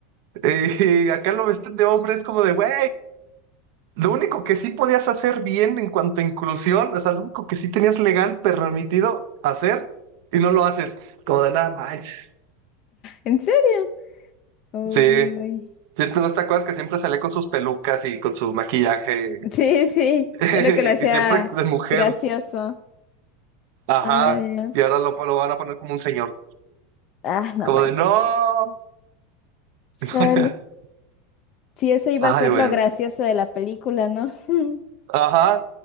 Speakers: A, on the right (about 60°); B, on the left (about 45°).
A: <laughs> eh, Y acá lo visten de hombre, es como de, güey. Lo único que sí podías hacer bien en cuanto a inclusión, o sea, lo único que sí tenías legal permitido hacer y no lo haces, como de nada manches.
B: ¿En serio? Uy.
A: Sí. Sí, ¿No te acuerdas que siempre salía con sus pelucas y con su maquillaje
B: Sí, sí,
A: <laughs>
B: es lo que lo hacía
A: y siempre de mujer?
B: gracioso.
A: Ajá.
B: Ah, ya.
A: Y ahora lo, lo van a poner como un señor.
B: Ah, no
A: Como
B: manches.
A: de no.
B: Chale.
A: <laughs>
B: Sí, eso iba
A: Ay,
B: a ser
A: bueno.
B: lo gracioso de la película, ¿no? <laughs>
A: Ajá.